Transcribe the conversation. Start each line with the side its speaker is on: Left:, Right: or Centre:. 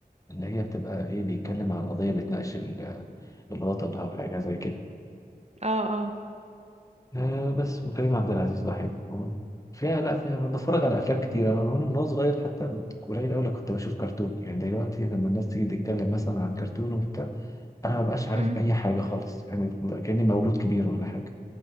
Left: اللي هي بتبقى إيه بيتكلم عن قضية بتناقش ال- الوطن أو حاجة زي كده
Right: اه اه
Left: آه بس وكريم عبد العزيز بحبه فيها لا فيها بتفرج على افلام كتير انا وانا من وأنا صغير حتى قليل قوي كنت بشوف كرتون يعني دلوقتي لما الناس تيجي تتكلم مثلا عن كرتون وبتاع انا ما بقاش عارف
Right: امم
Left: اي حاجه خالص يعني كاني مولود كبير ولا حاجه